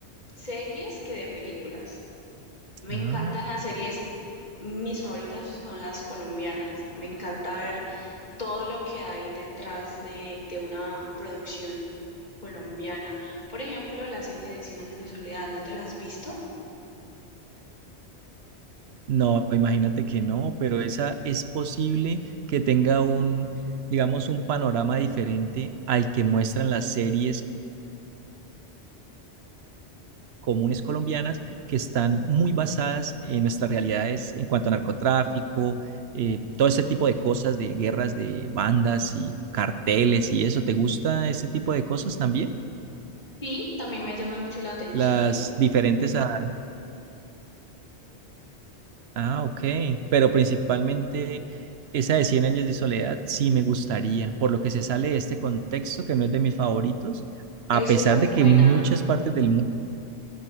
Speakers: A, on the left (about 40°); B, on the right (about 70°).
A: series que de películas. Me
B: Ah,
A: encantan las series, mis favoritas son las colombianas. Me encanta ver todo lo que hay detrás de, de una producción colombiana. Por ejemplo, la serie de Cien años de soledad, ¿no te la has visto?
B: No, imagínate que no, pero esa es posible que tenga un, digamos, un panorama diferente al que muestran las series comunes colombianas que están muy basadas en nuestras realidades en cuanto a narcotráfico, eh, todo ese tipo de cosas de guerras de bandas y carteles y eso. ¿Te gusta ese tipo de cosas también?
A: Sí, también me llama mucho la atención.
B: Las diferentes a Ah, ok. Pero principalmente esa de 100 años de soledad sí me gustaría, por lo que se sale de este contexto que no es de mis favoritos, a
A: Es
B: pesar
A: súper
B: de
A: buena.
B: que muchas partes del mundo